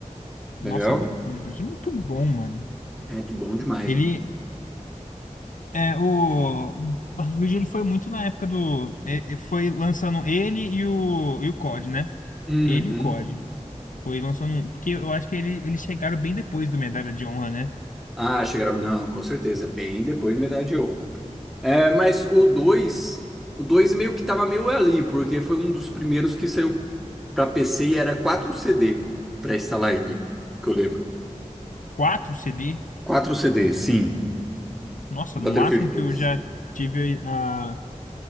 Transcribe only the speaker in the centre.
entendeu?
É de bom demais,
mano.
Uhum.
Ah, chegaram. Não, com certeza. Bem depois de Medalha de Honra. É, mas o 2, o 2 meio que tava meio ali, porque foi um dos primeiros que saiu pra PC e era 4 CD pra instalar ele, que eu lembro.
4 CD, sim.
Battlefield
dois.